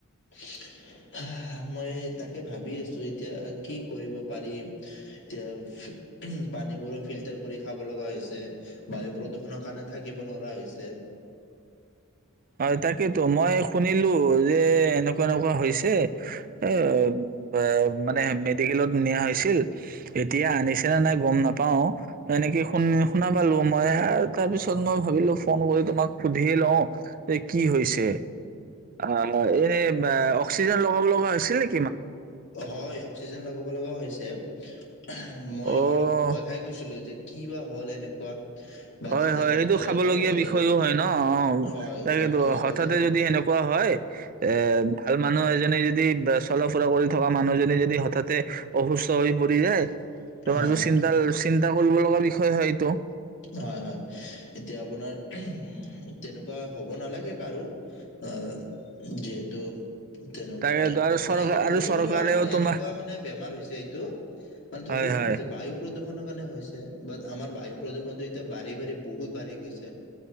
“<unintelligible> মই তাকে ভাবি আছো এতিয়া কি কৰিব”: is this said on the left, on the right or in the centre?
Left